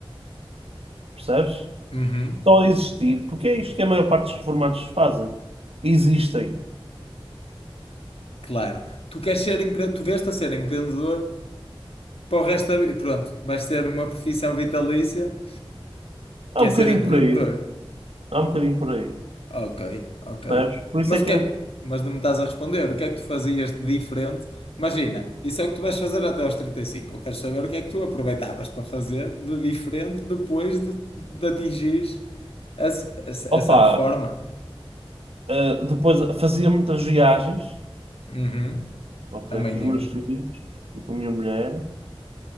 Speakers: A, on the right; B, on the left.
A: percebes?
B: Uhum,
A: Só existir, porque é isto que a maior parte dos reformados fazem. Existem.
B: claro. Tu queres ser empre... tu vês-te a ser empreendedor para o resto da vida. Pronto, vais ter uma profissão vitalícia
A: Há
B: que
A: um
B: é ser
A: bocadinho
B: empreendedor.
A: por aí, há um bocadinho por aí,
B: Ok, ok.
A: percebes? Por isso
B: Mas
A: é
B: o
A: que
B: que
A: eu,
B: é? Mas não me estás a responder. O que é que tu fazias de diferente? Imagina, isso é o que tu vais fazer até aos 35. Eu quero saber o que é que tu aproveitavas para fazer de diferente depois de, de atingires essa, essa,
A: opa,
B: essa reforma.
A: ah, depois fazia muitas viagens,
B: Uhum.
A: ok,
B: Também
A: com os meus
B: eu.
A: filhos e com a minha mulher,